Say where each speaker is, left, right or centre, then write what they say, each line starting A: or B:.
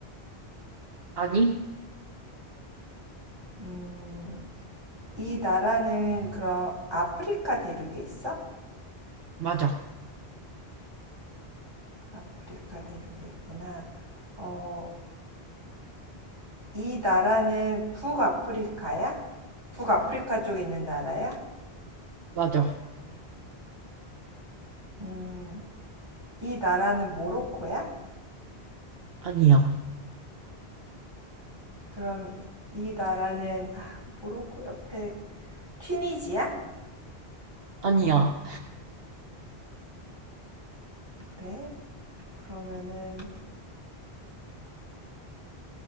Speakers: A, on the right; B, on the right.
A: 아니,
B: 음, 이 나라는 그럼 아프리카 대륙에 있어?
A: 맞아.
B: 아프리카 대륙이구나. 어, 이 나라는 북아프리카야? 북아프리카 쪽에 있는 나라야?
A: 맞아.
B: 음, 이 나라는 모로코야?
A: 아니야.
B: 그럼 이 나라는 아, 모로코 옆에 튀니지야?
A: 아니야.
B: 그래? 그러면은